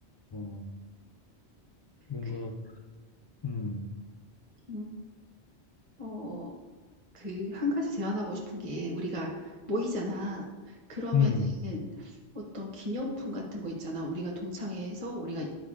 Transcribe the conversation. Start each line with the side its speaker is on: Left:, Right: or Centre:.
Left: 어 뭔가
Right: 그
Left: 음
Right: 응. 어 그, 한 가지 제안하고 싶은 게, 우리가 모이잖아. 그러면은
Left: 음,
Right: 어떤 기념품 같은 거 있잖아. 우리가 동창회에서 우리가